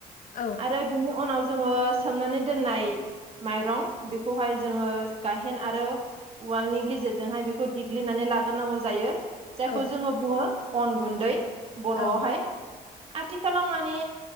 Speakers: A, on the left; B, on the right.
A: औ
B: आरो बिनि उनाव जोङो सोमनानै दोननाय माइरं बेखौहाय जोङो गायहेन आरो वालनि गेजेरजोंहाय बेखौ देग्लिनानै लाग्रोनांगौ जायो जायखौ
A: औ
B: जोङो बुङो अन गुन्दै बर'आवहाय
A: औ
B: आथिखालाव माने